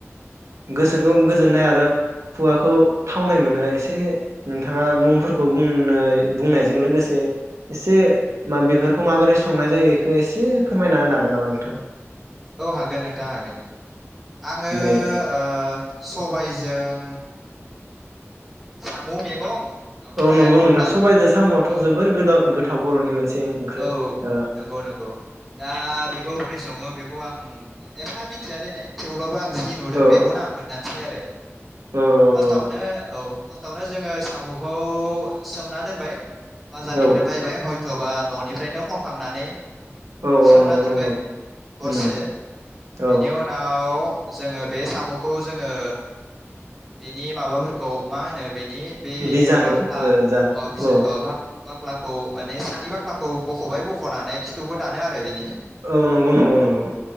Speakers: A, on the right; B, in the centre.
A: गोसोखौ गोजोननाय आरो खुगाखौ थावनाय मोनो एसे नोंथाङा मुंफोरखौ बुंनो बुंनायजों लोगोसे एसे माबेफोरखौ माबोरै संनाय जायो बेखौ एसे फोरमायना होनो हागोन नामा नोंथां
B: औ हागोन नोंथाङा हागोन आङो
A: दे
B: ओ सबायजों साम' मैगं ओमफ्राय
A: औ नंगौ
B: अनला
A: नोंथां सबायजो साम'आथ'
B: औ
A: जोबोर गोदाव गो थाव बर'नि मोनसे। ओंख्रि
B: औ
A: ओ
B: नंगौ नंगौ दा बेखौ बोरै सङो बे खौ आं एफा मिथिया दिनै थेवब्लाबो आं जि नुदों
A: औ
B: बेखौनो आं खोन्थानोसै आरो
A: औ
B: फार्स्टआवनो
A: औ
B: औ। फार्स्टावनो जोङो साम'खौ सोमना दोनबाय। बाजारनिफ्राय
A: औ
B: बायबाय हयथ'। बा न'निफ्रायनो खनखांनानै।
A: औ
B: सोमना
A: औ नंगौ
B: दोनबाय
A: नंगौ
B: हरसे
A: उम
B: बेनि
A: औ
B: उनाव जोङो बे साम'खौ जोङो बेनि माबाफोरखौ मा होनो बेनि बे
A: बिजानु
B: बाख्ला
A: ओ जा
B: अ बिजा
A: औ
B: अ बा बाख्लाखौ माने सानि बाख्ला खौ बख'बाय बख'नानै खिथुखौ दानो आरो बिनि
A: औ नंगौ नंगौ नंगौ।